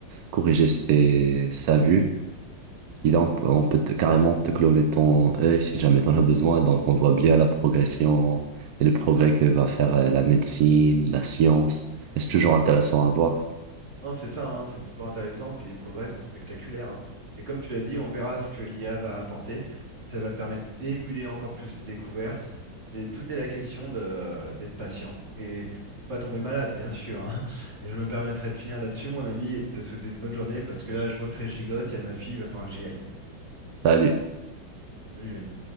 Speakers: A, on the right (about 75°); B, on the right (about 35°).
A: corriger ses, sa vue. Il en- on peut on peut te- carrément te cloner ton œil si jamais t'en as besoin. Donc, on voit bien la progression et le progrès que va faire euh, la médecine, la science. Et c'est toujours intéressant à voir.
B: Non, c'est ça, hein, c'est toujours intéressant, puis les progrès sont spectaculaires. hein. Et comme tu l'as dit, on verra ce que l'IA va apporter, si ça va permettre d'émuler encore plus ces découvertes. Et tout est la question de d'être patient. Et faut pas tomber malade, bien sûr. hein. Et je me permettrai de finir là-dessus, mon ami, et de te souhaiter une bonne journée, parce que là, je vois que ça gigote, il y a ma fille, il va falloir que j'y aille.
A: Salut.
B: Salut, l'ami.